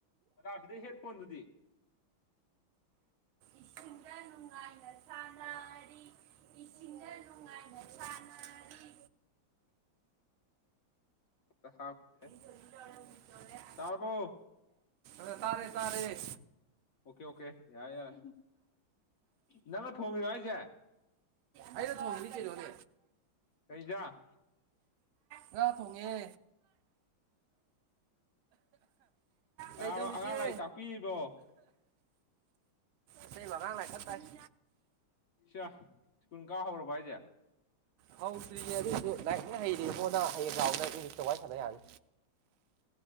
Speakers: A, on the left; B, on the right.
A: <unintelligible> ꯁꯤꯗꯩꯩ ꯍꯦꯠ ꯐꯣꯟꯗꯨꯗꯤ
B: ꯏꯁꯤꯡꯗ ꯅꯨꯡꯉꯥꯏꯅ ꯁꯥꯟꯅꯔꯤ ꯏꯁꯤꯡꯗ ꯅꯨꯡꯉꯥꯏꯅ ꯁꯥꯟꯅꯔꯤ
A: ꯇꯥ ꯑꯣꯐꯇ <unintelligible>
B: <unintelligible> ꯫
A: ꯇꯥꯔꯕꯣ
B: ꯑ ꯇꯥꯔꯦ ꯇꯥꯔꯦ꯫
A: ꯑꯣꯀꯦ ꯑꯣꯀꯦ ꯌꯥꯔꯦ ꯌꯥꯔꯦ ꯅꯪꯅ ꯊꯣꯡꯉꯤꯔꯣ ꯍꯥꯏꯖꯦ
B: ꯑꯩꯩꯅ ꯊꯣꯡꯉꯤꯅꯤ ꯀꯩꯅꯣꯅꯦ
A: ꯀꯩ ꯏꯟꯖꯥꯡ꯫
B: ꯉꯥ ꯊꯣꯡꯉꯦ꯫
A: ꯀꯅꯥꯅꯣ
B: ꯀꯩ ꯗꯧꯔꯤꯒꯦ꯫
A: ꯑꯉꯥꯡ ꯂꯥꯏꯔꯤꯛ ꯇꯥꯛꯄꯤꯔꯤꯕꯣ
B: ꯏꯇꯩꯃꯥ ꯑꯉꯥꯡ ꯂꯥꯏꯔꯤꯛ ꯀꯟꯅ ꯇꯥꯛꯏ꯫
A: ꯁ꯭ꯌꯥ ꯁ꯭ꯀꯨꯟ ꯀꯥ ꯍꯧꯔꯕ ꯍꯥꯏꯁꯦ
B: ꯍꯧꯗ꯭ꯔꯤꯌꯦ ꯑꯗꯨꯏꯁꯨ ꯂꯥꯏꯔꯤꯛꯅ ꯍꯩꯔꯦꯕꯣꯅ ꯍꯌꯦꯡ ꯂꯥꯎ ꯏꯪꯂꯤꯁꯇ ꯋꯥꯔꯤ ꯁꯥꯟꯅ ꯌꯥꯅꯤ